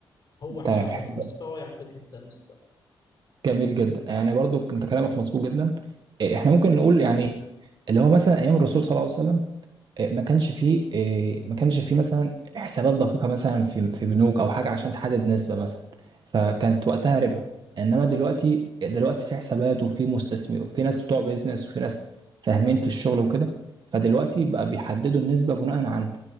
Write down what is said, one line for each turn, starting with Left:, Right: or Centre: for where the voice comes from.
Left: هو حياخذ
Right: تمام حلو
Left: نسبة ويعطيك أنت نسبة
Right: جميل جدا يعني برضو انت كلامك مظبوط جدا إيه، احنا ممكن نقول يعني اللي هو مثلا ايام الرسول صلى الله عليه وسلم إيه، ما كانش فيه إيه، ما كانش فيه مثلا حسابات دقيقه مثلا في في بنوك او حاجه عشان تحدد نسبه مثلا فكانت وقتها ربا انما دلوقتي دلوقتي في حسابات وفي مستثمر وفي ناس بتوع بيزنس وفي ناس فاهمين في الشغل وكده فدلوقتي بقى بيحددوا النسبه بناء على